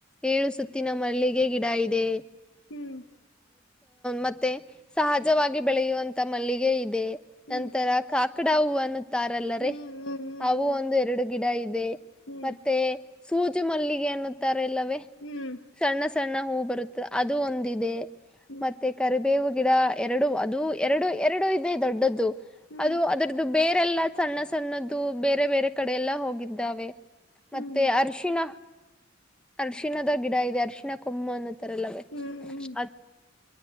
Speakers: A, in the centre; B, on the left.
A: ಏಳು ಸುತ್ತಿನ ಮಲ್ಲಿಗೆ ಗಿಡ ಇದೆ
B: ಹ್ಮ್
A: ಮತ್ತೆ ಸಹಜವಾಗಿ ಬೆಳೆಯುವಂತ ಮಲ್ಲಿಗೆ ಇದೆ
B: ಹ್ಮ್
A: ನಂತರ ಕಾಕಡ ಹೂ ಅನ್ನುತ್ತಾರಲ್ಲರ
B: ಹ್ಮ್ ಹ್ಮ್
A: ಅವುೂ ಒಂದು ಎರಡು ಗಿಡ ಇದೆ
B: ಹ್ಮ್
A: ಮತ್ತೆ ಸೂಜು ಮಲ್ಲಿಗೆ ಅನ್ನುತ್ತಾರೆ ಎಲ್ಲವೇ
B: ಹ್ಮ್
A: ಸಣ್ಣ ಸಣ್ಣ ಹೂ ಬರುತ್ತೆ ಅದು ಒಂದಿದೆ
B: ಹ್ಮ್
A: ಮತ್ತೆ ಕರಿಬೇವು ಗಿಡ ಎರಡು ಅದು ಎರಡು ಎರಡು ಇದೆ ದೊಡ್ಡದ್ದು
B: ಹ್ಮ್ ಹ್ಮ್
A: ಅದು ಅದರ್ದ ಅದು ಬೇರೆಲ್ಲಾ ಸಣ್ಣ ಸಣ್ಣದ್ದ ಬೇರೆ ಬೇರೆ ಕಡೆ ಎಲ್ಲ ಹೋಗಿದ್ದಾವೆ
B: ಹ್ಮ್
A: ಮತ್ತೆ
B: ಹ್ಮ್
A: ಅರಿಶಿನ ಅರ್ಶಿಣದ ಗಿಡ ಇದೆ ಅರ್ಶಿಣ ಕೊಮ್ಮು ಅನ್ನ. <unintelligible> ಅಲ್ಲವೇ
B: ಹ್ಮ್
A: ಅದ್